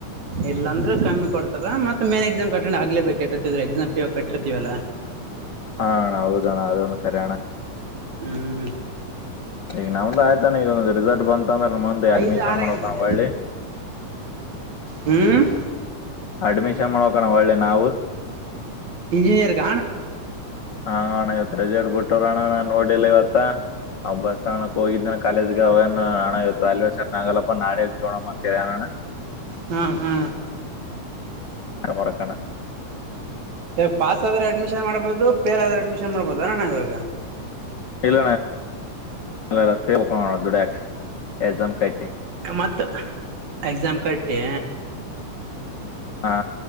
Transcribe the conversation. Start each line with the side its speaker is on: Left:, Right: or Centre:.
Right: ಇಲ್ಲಾಂದ್ರೆ ಕಮ್ಮಿ ಕೊಡ್ತಾರ ಮತ್ತತ್ ಮೇನ್ ಎಕ್ಸಾಮ್ ಕಟ್ಟ್ ಆಗ್ಲೇ ಬೇಕಿರ್ತಿದ್ರ ಎಕ್ಸಾಮ್ ಕಟ್ಟಿರ್ತವಲ್ಲಾ
Left: ಹಣ ಹೌದಣ ಅದೊಂದು ಕರಣ
Right: ಹ್ಮ್
Left: ಈಗ ನಮ್ದು ಆಯ್ತಾನೆ ಈಗ ಒಂದ್ ರಿಸಲ್ಟ್ ಬಂತ ಅಂದ್ರ ಮಂದೆ ಅಡ್ಮಿಶನ್
Right: ಐದು ಆರ
Left: ಮಾಡ್ಕಣ
Right: ಏನು ಮತ್ತೆ
Left: ಒಳ್ಳೆ
Right: ಹ್ಮ್
Left: ಅಡ್ಮಿಷನ್ ಮಾಡೋಕಣ ಒಳ್ಳೆ ನಾವು
Right: ಇಂಜಿನಿಯರ್ಗ
Left: ಹಾಣ ಇತ್ ರಜಡ್ಬ ಬಿಟ್ಟ್ರಣ್ಣ ನಾನ್ ನೋಡಿಿಲ್ಲ ಇವತ್ತ ಅವ ಬಸ್ ಹಣಕ್ ಹೋಗಿದ್ದನ ಕಾಲೇಜ್ಗೆ ಅವೇನ್ ಹಣ ಇವತ್ತು ಅಾಲ ವರ್ಷದನ ಆಗಲ್ಲಪ್ಪ ನಾಳ ಇ ನೋಣಮ್ಮ ಚಾನಣ
Right: ಹಾ ಹಾ
Left: ಹ ಕೊರಕಣ
Right: ಇವಾಗ ಪಾಸ್ ಆದ್ರೆ ಅಡ್ಮಿಷನ್ ಮಾಡ್ಬೋುದು ಪಫೇರ್ ಆದ್ರೆ ಅಡ್ಮಿಷನ್ ಮಾಡ್ಬೋದ ಅಣ ಇವಾಗ
Left: ಇಲ್ಲ ಇಲ್ಲ ಇಲ್ಲ ಸೇ ಅುಡಾಕ್ ಜಾಮ ಕಟ್ಟೆ
Right: ಮತ್ತ ಎಕ್ಸಾಮ್ ಕಟ್ಟೆ
Left: ಹಾ